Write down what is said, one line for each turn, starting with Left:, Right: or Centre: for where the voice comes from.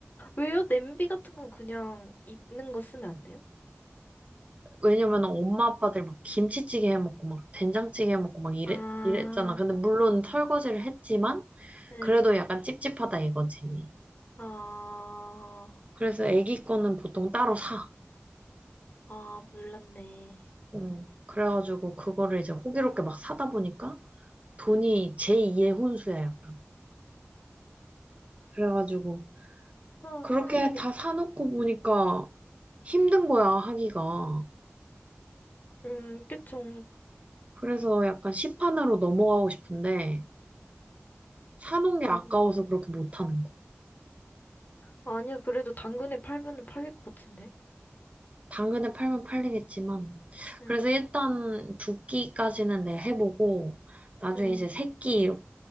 Left: 왜요? 냄비 같은 건 그냥 있는 거 쓰면 안 돼요?
Right: 왜냐면 엄마 아빠들 막 김치찌개 해먹고 막 된장찌개 해먹고 막 이랬,
Left: 아,
Right: 이랬잖아. 근데 물론 설거지를 했지만
Left: 네.
Right: 그래도 약간 찝찝하다 이거지.
Left: 아,
Right: 그래서 애기 거는 보통 따로 사.
Left: 아, 몰랐네.
Right: 음, 그래가지고 그거를 이제 호기롭게 막 사다 보니까 돈이
Left: 음.
Right: 제2의 혼수야 약간. 그래가지고
Left: 아,
Right: 그렇게
Left: 큰일이야.
Right: 다 사놓고 보니까 힘든 거야 하기가.
Left: 음, 그쵸.
Right: 그래서 약간 시판으로 넘어가고 싶은데 사놓은 게 아까워서
Left: 아,
Right: 그렇게 못하는 거
Left: 아니야, 그래도 당근에 팔면은 팔릴 것 같은데.
Right: 당근을 팔면 팔리겠지만,
Left: 네,
Right: 그래서 일단 두 끼까지는 내 해보고, 나중에
Left: 네,
Right: 이제 세 끼 이렇-